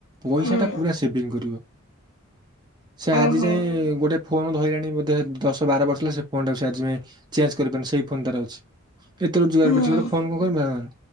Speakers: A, on the right; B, on the left.
A: ପଇସା
B: ହୁଁ
A: ଟା ପୁରା ସେଭିଙ୍ଗ କରିବ। ସେ ଆଜି
B: ଓହୋ
A: ଯାଏଁ ଏ ଗୋଟେ ଫୋନ ଧଇଲାଣି ବୋଧେ ଦଶ ବାର ବର୍ଷ ହେଲା ସେ ଫୋନ ଟାକୁ ଆଜି ପାଇଁ ଚେଞ୍ଜ କରିପାନି। ସେଇ ଫୋନ୍ ତାର ଅଛି। ଏତେ ରୋଜଗାର
B: ହୁଁ।
A: କରିଛି ଗୋଟେ ଫୋ କଣ କରି। <unintelligible>